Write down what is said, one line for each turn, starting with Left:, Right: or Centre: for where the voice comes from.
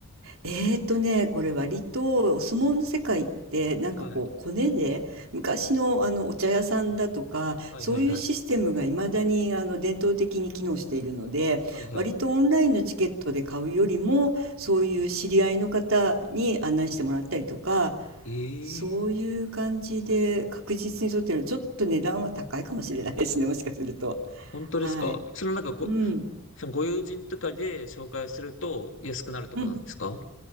Right: えーとね、これ割とお相撲の世界ってなんかこうコネで昔のあのお茶屋さんだとかそういうシステムがいまだにあの伝統的に機能しているので割とオンラインのチケットで買うよりもそういう知り合いの方に案内してもらったりとか
Left: はい。はいはいはい。はいはい。え
Right: そういう感じで確実に取ってるのちょっと値段は高いかもしれないですねもしかすると。
Left: え、本当ですかそのなんかご、
Right: はい。うん。
Left: そのご友人とかで紹介すると安くなるとかなんですか
Right: うん。